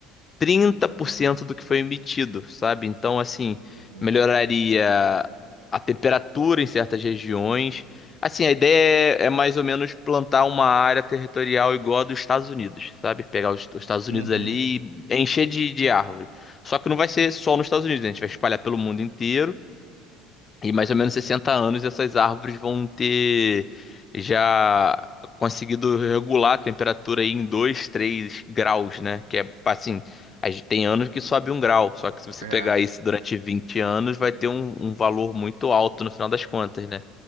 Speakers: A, on the left (about 30°); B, on the right (about 80°).
A: 30% do que foi emitido, sabe? Então, assim,
B: Uhum.
A: melhoraria a temperatura em certas regiões. Assim, a ideia é, é mais ou menos plantar uma área territorial igual a dos Estados Unidos, sabe? Pegar os, os Estados Unidos
B: Uhum.
A: ali e encher de, de árvore. Só que não vai ser só nos Estados Unidos, né? A gente vai espalhar pelo mundo inteiro. E mais ou menos 60 anos essas árvores vão ter já conseguido regular a temperatura aí em 2, 3 graus, né? Que é assim, a gente tem anos que sobe um grau, só que se você
B: É,
A: pegar isso durante 20 anos, vai ter um, um valor muito alto no final das contas, né?